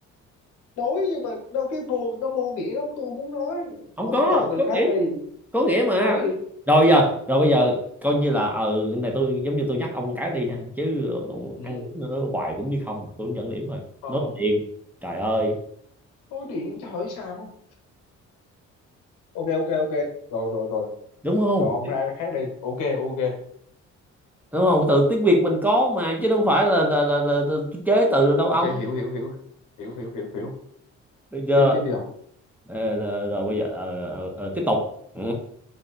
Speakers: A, on the left; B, in the centre.
A: nối nhưng mà nó cái vô nó vô nghĩa lắm tôi muốn nói
B: không
A: ông
B: có
A: chọn từ
B: có
A: khác
B: nghĩa
A: đi
B: có nghĩa mà
A: nối gì
B: rồi giờ rồi bây giờ coi như là ừ cái này tôi giống như tôi nhắc ông cái đi ha chứ ông
A: ừ
B: ăn cũng nữa hoài cũng như không tôi cũng dẫn điểm thôi
A: ờ
B: nói liền trời ơi
A: nối điện cho hỏi sao ok ok ok rồi rồi rồi
B: đúng không
A: rồi ông ra khác đi ok ok
B: đúng không từ tiếng Việt mình có mà chứ đâu phải là là là, là, là chế từ đâu
A: ok
B: ông
A: hiểu hiểu hiểu hiểu hiểu hiểu hiểu
B: bây giờ
A: tiếp tiếp đi ông
B: ờ, rồi, rồi bây giờ ờ, ờ, ờ, tiếp tục ừ.